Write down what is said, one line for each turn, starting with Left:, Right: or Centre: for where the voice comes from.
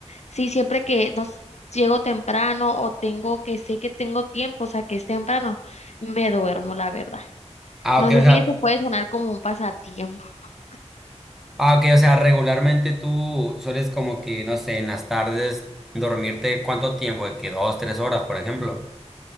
Left: sí, siempre que nos llego temprano o tengo que sé que tengo tiempo, o sea, que es temprano, me duermo, la verdad.
Centre: Ah,
Left: No
Centre: ok,
Left: sé
Centre: o sea,
Left: si eso puede sonar como un pasatiempo. <laughs>
Centre: ah, ok, o sea, regularmente tú sueles como que, no sé, en las tardes dormirte cuánto tiempo, de que dos, tres horas, por ejemplo.